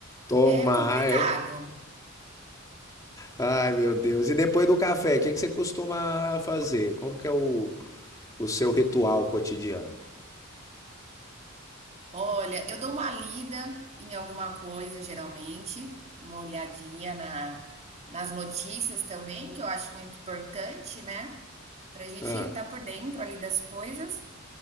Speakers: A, on the left; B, on the right.
A: Tomar,
B: É complicado.
A: é. Ai, meu Deus. E depois do café, o que que você costuma fazer? Como que é o, o seu ritual cotidiano?
B: Olha, eu dou uma lida em alguma coisa, geralmente, uma olhadinha na, nas notícias também, que eu acho muito importante, né? Para a gente
A: Ah,
B: estar por dentro ali das coisas.